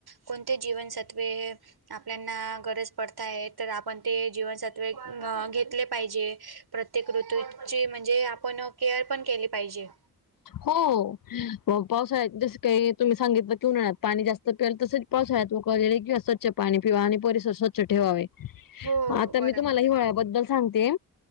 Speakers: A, on the right; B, on the left.
A: कोणते जीवनसत्वे आपल्याना गरज पडत आहे तर आपण ते जीवनसत्व घेतले <unintelligible> पाहिजे, प्रत्येक ऋतूची म्हणजे. आपण केअर पण केली पाहिजे.
B: हो... पावसाळ्यात जस काही, तुम्ही सांगितलं की उन्हाळ्यात पाणी जास्त प्याल तस. पावसाळ्यात उकळलेले किंवा स्वच्छ पाणी पिवा आणि परिसर स्वच्छ ठेवावे.
A: हो
B: आता
A: बराबर
B: मी तुम्हाला हिवाळ्याबद्दल. सांगते